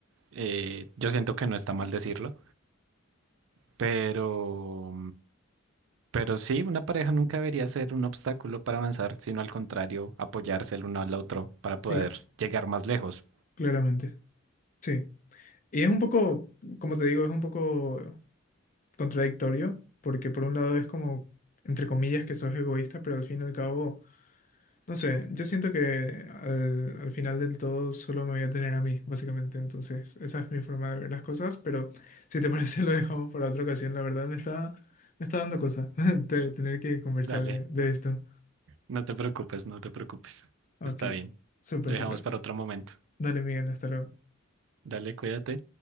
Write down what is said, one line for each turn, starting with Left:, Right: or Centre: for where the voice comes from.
Right: eh, yo siento que no está mal decirlo, pero, pero sí, una pareja nunca debería ser un obstáculo para avanzar, sino al contrario, apoyarse el uno al otro para poder
Left: Claro,
Right: llegar más lejos.
Left: claramente. Sí. Y es un poco, como te digo, es un poco contradictorio, porque por un lado es como, entre comillas, que sos egoísta, pero al fin y al cabo, no sé, yo siento que al, al final del todo solo me voy a tener a mí, básicamente. Entonces, esa es mi forma de ver las cosas, pero si te parece <laughs> lo dejamos para otra ocasión. La verdad me está, me está dando cosa <laughs> de tener que conversar
Right: Dale,
Left: de, de esto.
Right: no te preocupes, no te preocupes.
Left: Ok,
Right: Está bien.
Left: súper,
Right: Lo dejamos
Left: súper.
Right: para otro momento.
Left: Dale, Miguel, hasta luego.
Right: Dale, cuídate.